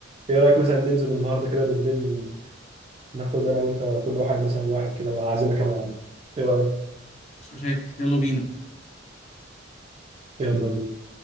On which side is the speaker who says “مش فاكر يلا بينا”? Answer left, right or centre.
Left